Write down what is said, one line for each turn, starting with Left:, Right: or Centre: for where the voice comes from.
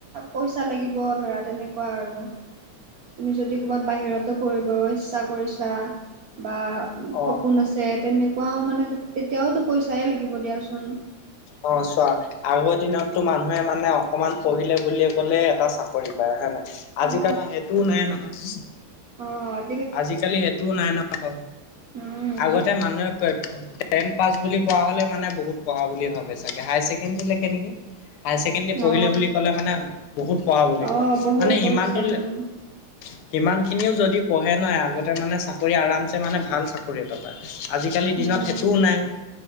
Right: পইচা লাগিব ধৰা তেনেকুৱা আৰু তুমি যদি ক'বাত বাহিৰতো পঢ়িব ইচ্ছা কৰিছা বা
Left: অ',
Right: সপোন আছে তেনেকুৱাও মানে তেতিয়াওতো পইচাই লাগিব দিয়াচোন
Left: অ চোৱা আগৰ দিনতো মানুহে মানে অকমান পঢ়িলে বুল কলে এটা চাকৰি পায় হয় নে নাই আজিকাল
Right: অ
Left: সেইটোও নাই নহয়।
Right: অ
Left: আজিকালি সেইটোও নাই নহ
Right: উম
Left: আগতে মানুহে কয় টেন পাছ বুলি কোৱা হলে মানে বহুত পঢ়া বুলি ভাবে চাগে হায় ছেকেণ্ডৰী লকে নেকি। হায়াৰ ছেকেণ্ডেৰী পঢ়িলে
Right: অ
Left: বুলি' কলে মানে বহুত পঢ়া বুলি
Right: অ
Left: কয়
Right: বহুত
Left: মানে
Right: পঢ়িছে
Left: সিমানটো
Right: উম
Left: সিমান খিনিও যদি পঢ়ে নহয় আগতে মানে চাকৰি আৰামছে মানে ভাল চাকৰি এটা আজিকালিৰ
Right: উম
Left: দিনত সেইটোও নাই।